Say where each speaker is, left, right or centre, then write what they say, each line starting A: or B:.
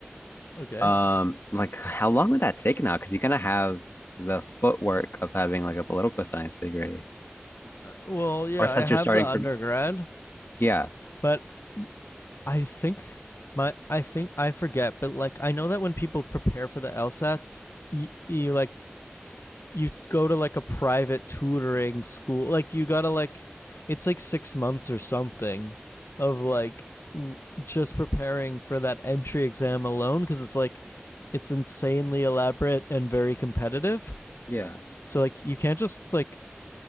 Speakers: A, on the left; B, on the left.
A: Okay.
B: um like how long would that take now because you are gonna have the footwork of having like a political science degree
A: Uh, Well, yeah,
B: or since
A: I have
B: you're starting
A: the undergrad,
B: from yeah
A: but I think my I think I forget, but like I know that when people prepare for the LSATs, you, you like you go to like a private tutoring school. Like you gotta like it's like six months or something of like r- just preparing for that entry exam alone because it's like it's insanely elaborate and very competitive.
B: yeah
A: So like you can't just like